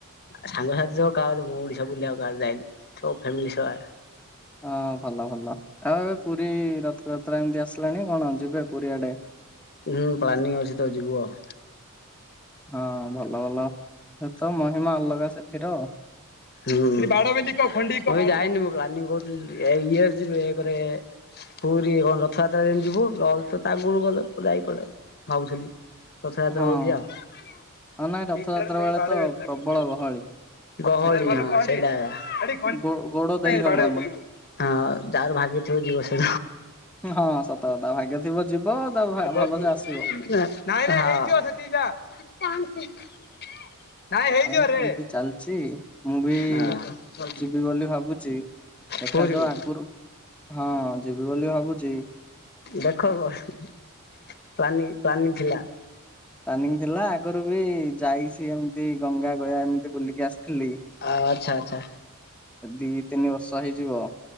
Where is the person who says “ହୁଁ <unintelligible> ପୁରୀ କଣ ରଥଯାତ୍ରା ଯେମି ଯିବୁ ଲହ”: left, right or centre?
Left